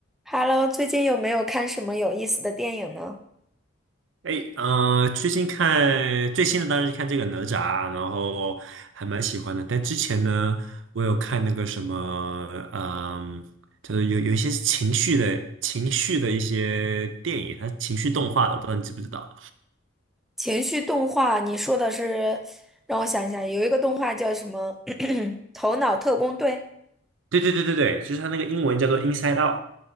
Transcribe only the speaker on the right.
哎，嗯、呃最近看最新的当然是看这个哪吒，然后还蛮喜欢的。但之前呢，我有看那个什么，嗯、就是有有一些是情绪的情绪的一些电影，它情绪动画的，我不知道你知不知道？
对对对对对，就是它那个英文叫做《Inside Out》。